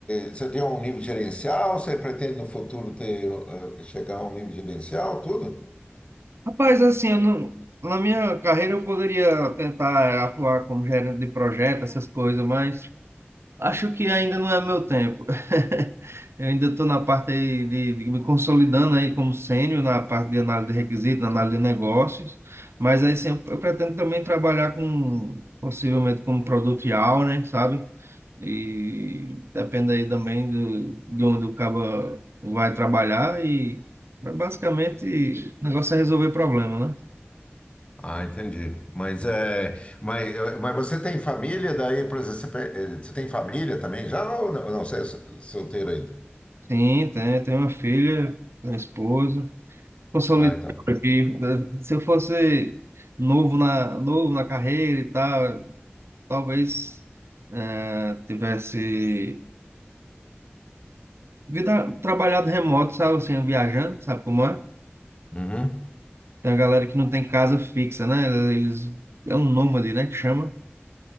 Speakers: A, on the left; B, on the right.
A: eh, você tem um nível gerencial, você pretende no futuro ter, eh, chegar a um nível gerencial, tudo?
B: Rapaz, assim, eu não, na minha carreira eu poderia tentar atuar como gerente de projeto, essas coisas, mas... Acho que ainda não é meu tempo. <laughs> Eu ainda estou na parte aí de, de me consolidando aí como sênior na parte de análise de requisitos, na análise de negócios, mas aí sim, eu pretendo também trabalhar com, possivelmente como produtial, né, sabe? E depende aí também do, de onde o cabo vai trabalhar e mas basicamente o negócio é resolver problema, né?
A: Ah, entendi. Mas é, mas, é, mas você tem família daí, por exemplo, você, pe- eh, você tem família também já ou não, não, você é so- solteiro ainda?
B: Sim, tem, tem uma filha, tenho uma esposa. consolidado
A: Ah, então.
B: aqui. né? Se eu fosse novo na, novo na carreira e tal, talvez eh, tivesse vida, trabalhado remoto, sabe, assim, viajando, sabe como é?
A: Uhum.
B: Tem a galera que não tem casa fixa, né? Eles, é um nômade, né, que chama.